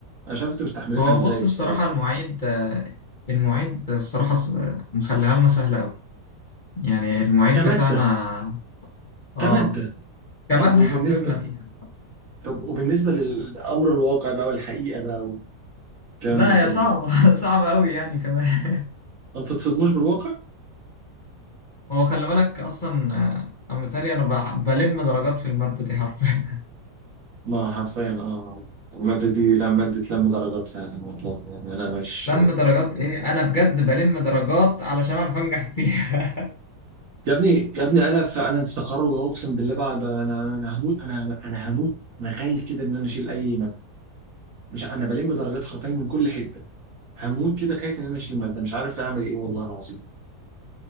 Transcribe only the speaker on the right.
انا مش عارف انتوا مستحملينها
ازاي
بصراحه
يعني.
كماده
كماده
طب وبالنسبه
طب وبالنسبه للامر الواقع بقى والحقيقه بقى والكلام
ده كله
ما بتتصدموش بالواقع
ما حرفيا اه الماده دي لا ماده لم درجات فعلا والله يعني انا مش
يا ابني يا ابني انا في انا في تخرج أهو، اقسم بالله بقى بقى انا انا هموت انا انا هموت انا خايف كده ان انا اشيل اي ماده مش ع- انا بلم درجات حرفيا من كل حته هموت كده خايف ان انا اشيل ماده مش عارف اعمل ايه والله العظيم